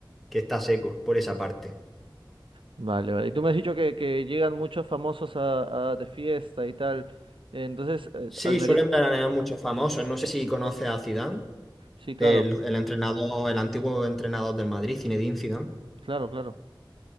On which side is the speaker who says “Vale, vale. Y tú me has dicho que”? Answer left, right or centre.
Right